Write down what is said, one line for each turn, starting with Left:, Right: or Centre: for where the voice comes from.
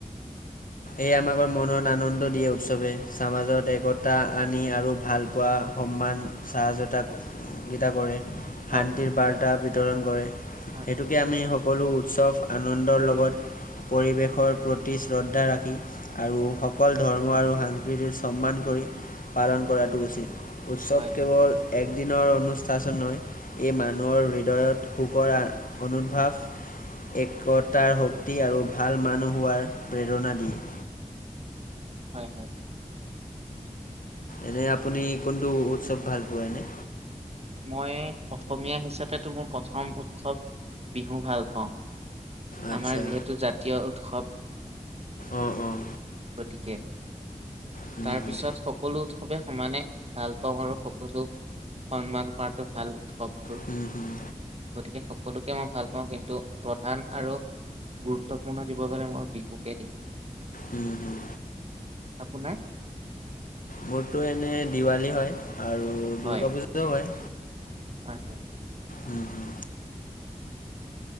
Left: এ' আমাকৰ মনত আনন্দ দিয়ে উৎসৱে। সমাজত একতা আনি আৰু ভাল পোৱা সন্মান চাহযতাক কেইটা কৰে। শান্তিৰ
Right: হয়
Left: বাৰ্তা বিতৰণ কৰে। সেইটোকে
Right: হয়
Left: আমি, সকলো উৎসৱ আনন্দৰ লগত পৰিৱেশৰ প্ৰতি শ্ৰদ্ধা ৰাখে আৰু সকল ধৰ্ম আৰু সাংস্কৃতিত সন্মান কৰি পালন কৰাটো উচিত। উৎসৱ
Right: হয়
Left: কেৱল
Right: হয়
Left: এক দিনৰ অনুষ্ঠান নহয়। এই মানুহৰ হৃদয়ত সুখৰ অনু্ভাৱ একতাৰ শক্তি আৰু ভাল মানুহ হোৱাৰ প্ৰেৰণা দিয়ে।
Right: হয়, হয়।
Left: এনে আপুনি কোনটো উৎসৱ ভাল পোৱা এনে?
Right: মই অসমীয়া হিচাপতো মোৰ প্ৰথম উৎসৱ বিহু ভাল পাওঁ।
Left: আচ্ছা।
Right: আমাৰ যিহেতু জাতীয় উৎসৱ
Left: অঁ অঁ
Right: গতিকে,
Left: হুম
Right: তাৰ
Left: হুম
Right: পিছত সকলো উৎসৱে সমানে ভাল পাওঁ আৰু সকলো সন্মান কৰাটো ভাল উৎসৱ।
Left: হুম হুম
Right: গতিকে, সকলো মই ভাল পাওঁ। কিন্তু, প্ৰধান আৰু গুৰুত্বপূৰ্ণ দিব গলৈ মই বিহুকে দিম।
Left: উম, হম।
Right: আপোনাৰ
Left: মোৰতো এনে দিৱালী হয় আৰু
Right: হয়
Left: দুৰ্গা পূজাও হয়।
Right: হয়, হয়।
Left: উম, হম।